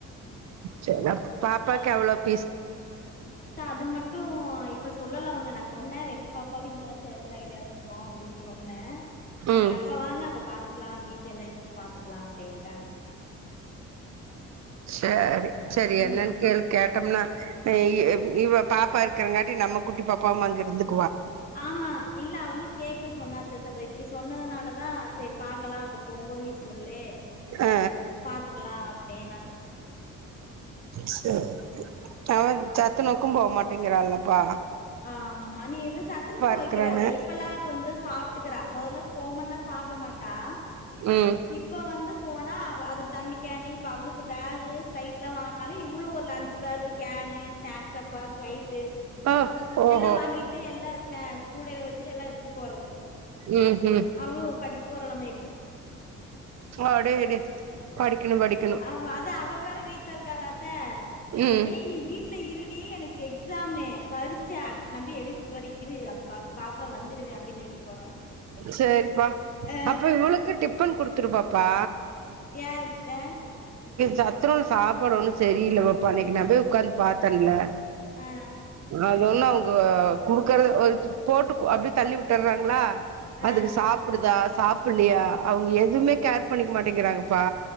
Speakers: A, on the right; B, on the left.
A: <unintelligible> பாப்பாக்கு எவ்ளோக்
B: அத்த அது மட்டும் இப்ப சொல்லல அவ்ங்க நா சொன்ன ரெண்டு பாப்பாவும் இங்கதா சேத்துற ஐடியாலருக்கோம் அப்டின்னு சொன்னே
A: ம்
B: நீங்க அப்ப வாங்க அப்ப பாத் க்கலாம் பீஸ் என்னங்கிறது பாத்துக்கலாம் அப்டின்ட்டாங்க
A: சேரி செரி
B: ம்
A: என்னனு கேள் கேட்டம்னா <unintelligible> இவ் இவ பாப்பா இருக்கிறங்காட்டி நம்ம குட்டி பாப்பாவு அங்க இருந்துக்
B: ஆமா! இல்ல அவ்ளு கேட்க சொன்னாத்த <unintelligible> சொன்னதுனால தா செரி பாக் க்கலாம் அப்ப போம்போது நீ சொல்லு
A: ஆ
B: ஆஹ் பாத் த்துக்கலாம் அப்டினா
A: செர் அவன் சத்துணவுக்கு போ மட் டேங்கிறங்கப்பா
B: ஆமாமா நீ இவு சத்துணுவுக் வைக்கிறத்த
A: இருக்கறானு
B: இப்பெல்லாம் கொஞ்சம் சாப்ட்டுக்குறா மொதல்ல போ மாட்டா சாப்ட மாட் டா
A: ம்
B: இப்ப வந்து போனா அவ அது தண்ணிக் கேனு இப்ப அவ்ளுக்கு பேகு ஸ்லைட்லாம் வாங்கனால இவ்ளும் ஒரு லன்ச் பேக்கு கேனு ஸ்நாக்ஸ் டப்பா ஸ்லைட்டு
A: ஆ ஓஹோ
B: எல்லாம் வாங்கிட்டு எல்லாம் ஸ்னா கூடைல வச்சுட்டு எல்லாத் த்துட்டு போறது
A: ம் ம்
B: அவ்ளோ படிக் போறாலமே
A: அடே அடே படிக்கணும் படிக்
B: ஆமா அதா அவ வேற வீட்டுல இருக்காலக் த
A: ம்
B: ஏய் நீ வீட்டுல இருடி எனக்கு எ எக்ஸாமே பறிச்ச நம்பி எழுதிட்டு வர இரு பாப்பா வந்துருவேன் அப்படின்னு சொல்லிட்டு போறா
A: சரிப்பா
B: அ
A: அப்ப இவளுக்கு டிஃபன் குடுத்துருப்பா பா
B: யாருக்குத்த
A: சத்துனோ சாப்பாடு ஓன்னு சரியில்ல பாப்பா அனைக்கி நா போய் உட்காந்து பா்த்தேல
B: ஆ
A: அது ஒண்ணு அவங்க குடுக்கறது போட்டு அப்படியே தள்ளி விட்டுர்றாங்களா அதுக்கு
B: ஆ ஆ
A: சாப்புடுதா சாப் பிடலையா அவங்க எதுவுமே கேர் பண்ணிக்க மாட்டேங்கிறாங்கப்பா